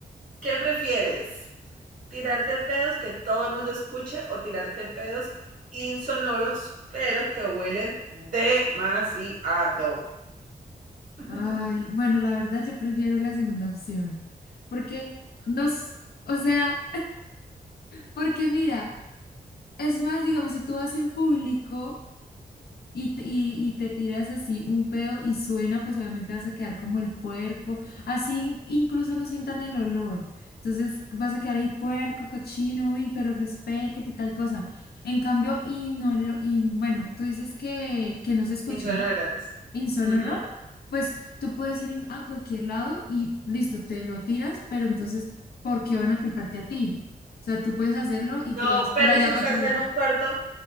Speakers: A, on the right; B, on the left.
A: ¿Qué prefieres? tirarte pedos que todo el mundo escuche o tirarte pedos insonoros, pero que huelen demasiado. <laughs>
B: Ay, bueno, la verdad yo prefiero la segunda opción. Porque nos, o sea, porque mira, es más, digamos, si tú vas en público. y te, y, y te tiras así un pedo y suena, pues obviamente vas a quedar como el puerco, así in- incluso no sientan el olor. Entonces vas a quedar ahí puerco, cochino, uy, pero respete, qué tal cosa. En cambio, y no lo, y bueno, tú dices que, que no se escuche,
A: insonoros.
B: ¿no? Insonoro,
A: Ujú.
B: pues tú puedes ir en- a cualquier lado y listo, te lo tiras, pero entonces, ¿por qué van a culparte a ti? O sea, tú puedes hacerlo y te
A: No,
B: vas para
A: pero
B: allá,
A: si estás
B: para otro lado.
A: en un cuarto,